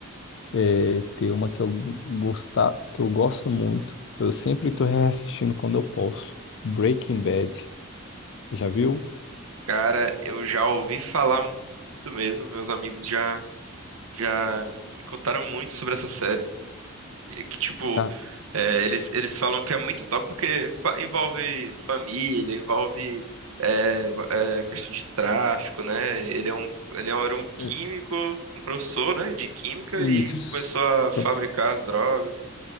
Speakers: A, on the left; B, on the right.
A: é, tem uma que eu gostar, que eu gosto muito. Eu sempre tô reassistindo quando eu posso. Breaking Bad. Já viu?
B: Cara, eu já ouvi falar muito mesmo. Meus amigos já, já me contaram muito sobre essa série. E Que, tipo,
A: Ah,
B: é, eles, eles falam que é muito top porque fa- envolve família, envolve é, ba- é, questão de tráfico, né? Ele é um, ele é um- era um químico,
A: é,
B: um professor, né, de química
A: isso.
B: e começou a fabricar
A: Pro-
B: as drogas.